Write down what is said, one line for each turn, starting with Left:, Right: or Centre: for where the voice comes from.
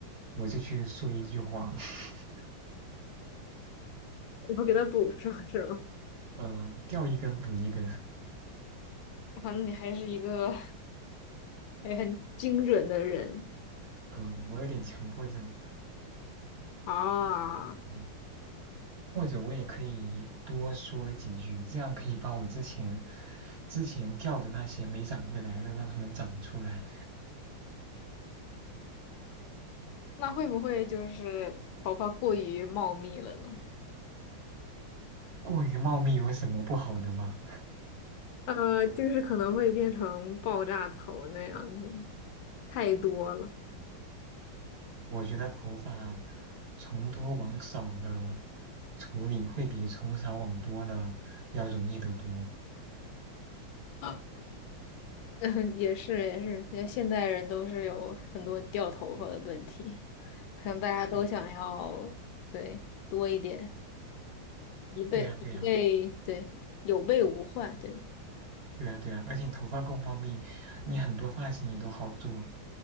Right: 我就去说一句谎，<laughs>
Left: 我后给他补上 <laughs> 是吗？
Right: 嗯、掉一根补一根，
Left: 反正你还是一个哎，很精准的人。
Right: 嗯、我有点强迫症，
Left: 啊，
Right: 嗯。或者我也可以多说几句，这样可以把我之前之前掉的那些没长回来的，让它们长出来。
Left: 那会不会就是头发过于茂密了呢？
Right: 过于茂密有什么不好的吗？
Left: 呃，就是可能会变成爆炸头那样子，太多了。
Right: 我觉得头发从多往少了处理，会比从少往多了要容易得多。
Left: 啊，<laughs> 嗯，也是也是，因为现代人都是有很多掉头发的问题，可能大家都想要对多一点，
Right: 对呀，
Left: 一备一备，
Right: 对呀，对呀。
Left: 对有备无患，对。
Right: 对啊，对啊，而且你头发够茂密，你很多发型也都好做，